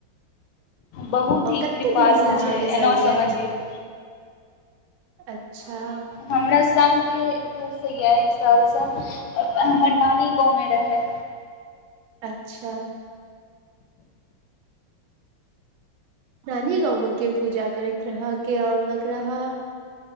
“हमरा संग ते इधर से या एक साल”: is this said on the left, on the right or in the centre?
Left